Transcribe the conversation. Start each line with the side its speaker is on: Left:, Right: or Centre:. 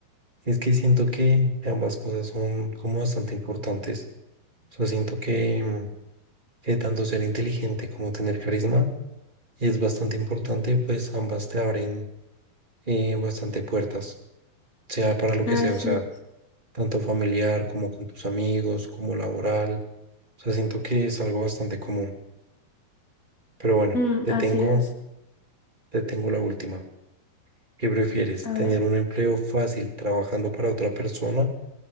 Right: es que siento que ambas cosas son como bastante importantes. O sea, siento que, mm, que tanto ser inteligente como tener carisma es bastante importante, pues ambas te abren eh, bastante puertas, sea para lo que
Left: Así,
Right: sea, o sea, tanto familiar como con tus amigos, como laboral. O sea, siento que es algo bastante común. Pero bueno,
Left: mm,
Right: te
Left: así
Right: tengo,
Left: es.
Right: te tengo la última. ¿Qué prefieres?
Left: A
Right: ¿Tener
Left: ver.
Right: un empleo fácil trabajando para otra persona